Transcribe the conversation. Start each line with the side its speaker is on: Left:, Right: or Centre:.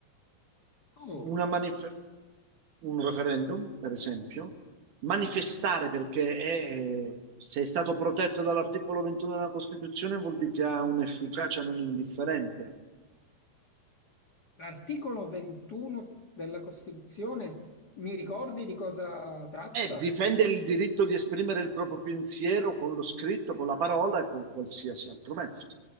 Left: Oh.
Right: una manifestazione. un referendum, per esempio, manifestare perché è, se è stato protetto dall'articolo 21 della Costituzione vuol dire che ha un'efficacia non indifferente.
Left: L'articolo 21 della Costituzione, mi ricordi di cosa tratta?
Right: E difende il diritto di esprimere il proprio pensiero con lo scritto, con la parola e con qualsiasi altro mezzo.